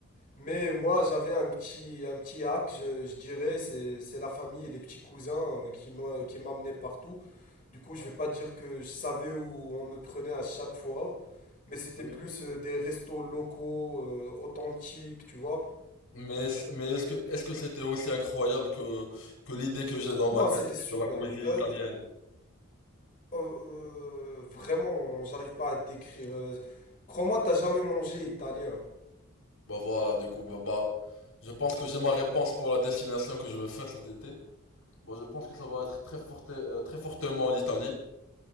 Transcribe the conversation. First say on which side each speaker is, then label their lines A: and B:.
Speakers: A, on the left; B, on the left.
A: Mais moi, j'avais un petit, un petit hack, je, je dirais, c'est, c'est la famille et les petits cousins euh, qui m'a- qui m'amenaient partout. Du coup,
B: Ouais.
A: je vais pas dire que je savais où on me prenait à chaque fois, mais c'était
B: Oui.
A: plus euh, des restos locaux, euh, authentiques, tu vois.
B: Mais, est- mais est-ce que est-ce que c'était aussi incroyable que, que l'idée que j'ai dans ma
A: Non,
B: tête
A: c'était super.
B: de la cuisine
A: Euh,
B: italienne?
A: euh, euh, vraiment, j'arrive pas à décrire. euh, crois-moi, t'as jamais mangé italien.
B: Bah voilà, du coup, bah, bah, je pense que j'ai ma réponse pour la destination que je vais faire cet été. Bon, je pense que ça va être très forte, euh, très fortement l'Italie.